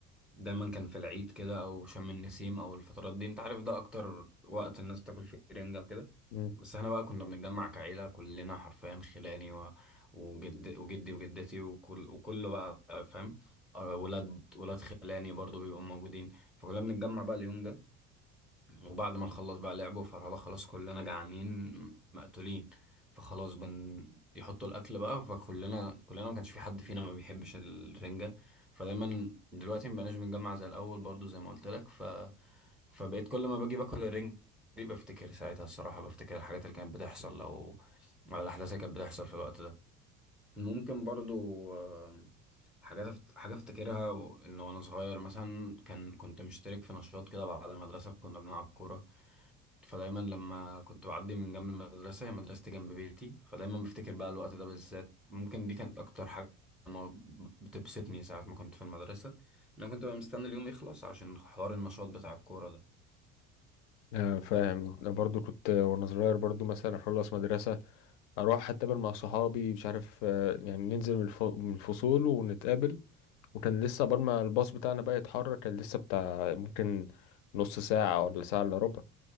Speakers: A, in the centre; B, on the left (about 50°).
A: دايما كان في العيد كده او شم النسيم او الفترات دي انت عارف ده اكتر وقت الناس بتاكل فيه رنجة وكده
B: مم.
A: بس احنا بقى كنا بنتجمع كعيلة كلنا حرفيا خلاني و... وجد... وجدي وجدتي وكل وكله بقى فاهم آه، ولاد ولاد خلاني برضو بيبقوا موجودين فكلنا بنتجمع بقى اليوم ده وبعد ما نخلص بقى لعبه فرهدة خلاص كلنا جعانين مقتولين فخلاص بن يحطوا الاكل بقى فكلنا كلنا ما كانش في حد فينا ما بيحبش الرنجة فدايما دلوقتي ما بقناش بنجمع زي الاول برضو زي ما قلت لك ف فبقيت كل ما باجي باكل الرنجة دي بفتكر ساعتها الصراحة بفتكر الحاجات اللي كانت بتحصل او أو الاحداث اللي كانت بتحصل في الوقت ده ممكن برضو آم، حاجات أفت- حاجة افتكرها و- ان وانا صغير مثلا كان كنت مشترك في نشاط كده بعد المدرسة كنا بنلعب كورة فدايما لما كنت بعدي من جنب المدرسة هي مدرستي جنب بيتي فدايما بفتكر بقى الوقت ده بالذات ممكن دي كانت اكتر حاجة أنا ب- بتبسطني ساعة ما كنت في المدرسة إن انا كنت بقى مستني اليوم يخلص عشان حوار النشاط بتاع الكورة ده
B: آه، فاهم أنا برضو كنت وانا صغير برضو مثلا اخلص مدرسه اروح اتقابل مع صحابي مش عارف آه، يعني ننزل من الف- من الفصول ونتقابل وكان لسه قبل ما الباص بتاعنا بقى يتحرك كان لسه بتاع ممكن نص ساعه ولا ساعه الا ربع